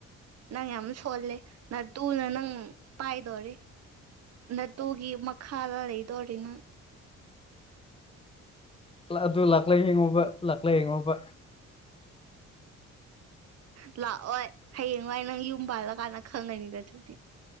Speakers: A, on the right; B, on the left.
A: ꯅꯪ ꯌꯥꯝ ꯁꯣꯜꯂꯦ ꯇꯨꯅ ꯅꯪ ꯄꯥꯏꯗꯣꯔꯤ ꯠꯇꯨꯒꯤ ꯃ ꯈꯥ ꯂꯩꯗꯧꯔꯤꯅ
B: ꯑꯗꯨ ꯂꯥꯛꯂ ꯍꯡꯉꯨꯕ ꯂꯥꯛꯂ ꯍꯡꯉꯣꯕ
A: ꯂꯥꯛꯑꯣꯏ ꯍꯌꯦꯡꯋꯥꯏ ꯅꯪ ꯌꯨꯝ ꯄꯥꯜꯂꯛ ꯀꯥꯟꯅ ꯈꯪꯅꯅꯤꯗ ꯑꯗꯨꯗꯤ